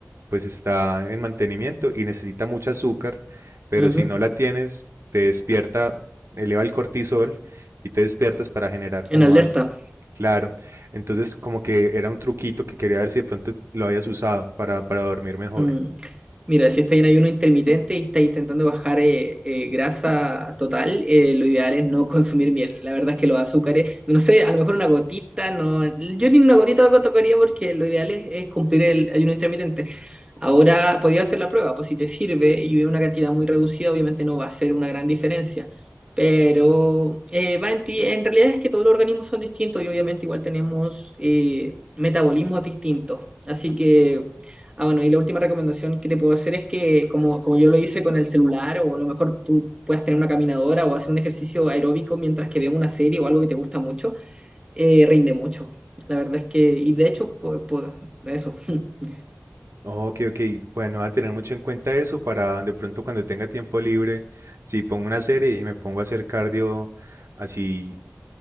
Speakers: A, on the right; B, on the right.
A: pues está en mantenimiento y necesita mucho azúcar, pero
B: Ujú.
A: si no la tienes, te despierta, eleva el cortisol y te despiertas para generar como
B: En alerta.
A: más claro. Entonces, como que era un truquito que quería ver si de pronto lo habías usado para, para dormir mejor.
B: Mm, Mira, si estás en ayuno intermitente y estás intentando bajar eh, eh, grasa total, eh, lo ideal es no <laughs> consumir miel. La verdad es que los azúcares, no sé, a lo mejor una gotita, no, yo ni una gotita tocaría porque lo ideal es, es cumplir el ayuno intermitente. Ahora podía hacer la prueba, pues si te sirve y es una cantidad muy reducida, obviamente no va a ser una gran diferencia. Pero eh, va en ti. En realidad es que todos los organismos son distintos y obviamente igual tenemos eh, metabolismos distintos. Así que, ah, bueno, y la última recomendación que te puedo hacer es que, como, como yo lo hice con el celular, o a lo mejor tú puedas tener una caminadora o hacer un ejercicio aeróbico mientras que veas una serie o algo que te gusta mucho, eh, rinde mucho. La verdad es que, y de hecho, pues, eso. <laughs>
A: Ok, ok. Bueno, voy a tener mucho en cuenta eso para de pronto cuando tenga tiempo libre, si pongo una serie y me pongo a hacer cardio así